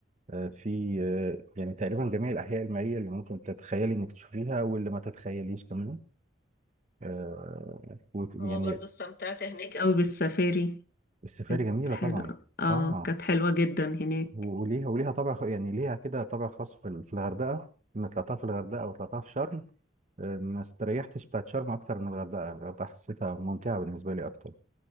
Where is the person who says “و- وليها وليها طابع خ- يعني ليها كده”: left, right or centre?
Right